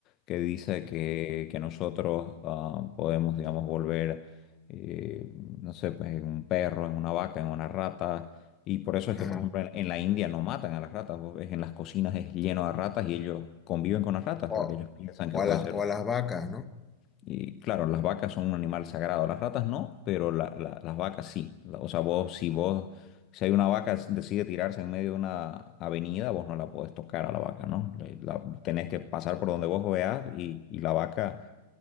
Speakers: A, on the left; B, on the left.
A: que dice que, que nosotros ah, podemos, digamos, volver, eh, no sé, pues en un perro, en una vaca, en una rata. Y por eso es
B: ajá.
A: que, por ejemplo, en, en la India no matan a las ratas. Vos ves en las cocinas es lleno de ratas y ellos conviven con las ratas
B: O,
A: porque ellos piensan que
B: o
A: puede
B: a la-
A: ser
B: o a las vacas, ¿no?
A: y claro, las vacas son un animal sagrado, las ratas no, pero la- la- las vacas sí. La- O sea, vos, si vos, si hay una vaca que decide tirarse en medio de una avenida, vos no la podés tocar a la vaca, ¿no? Le- La, tenés que pasar por donde vos veas y, y la vaca